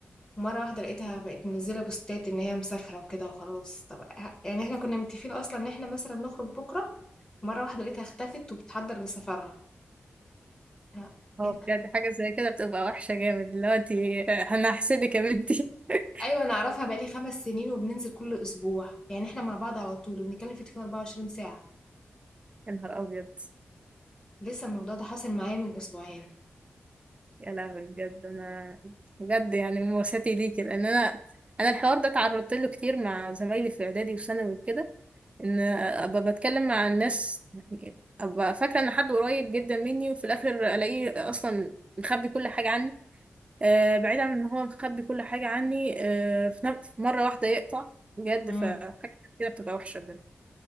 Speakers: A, on the left; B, on the right.
A: مرة واحدة لقيتها بقت منزلة بوستات إن هي مسافرة وكده وخلاص طب ه- يعني احنا كنا متفقين أصلا إن احنا مثلا نخرج بكرة مرة واحدة لقيتها اختفت وبتحضر لسفرها أنا-
B: اه
A: إيه ده؟
B: بجد حاجة زي كده بتبقى وحشة جامد دلوقتي آه، أنا هحسدك يا بنتي <laughs>
A: أيوة أنا أعرفها بقالي خمس سنين وبننزل كل أسبوع يعني احنا مع بعض على طول وبنتكلم في التليفون 24 ساعة
B: يا نهار أبيض
A: لسه الموضوع ده حاصل معايا من أسبوعين
B: يا لهوي بجد انا بجد يعني مواساتي ليكي لان انا انا الحوار ده تعرضت له كتير مع زمايلي في اعدادي وثانوي وكده ان ابقى بتكلم مع الناس يعني ابقى فاكره ان حد قريب جدا مني وفي الاخر الاقيه اصلا مخبي كل حاجه عني آه بعيد عن ان هو مخبي كل حاجه عني آه في نف- في مره واحده يقطع بجد
A: امم
B: فحاجه كده بتبقى وحشه بجد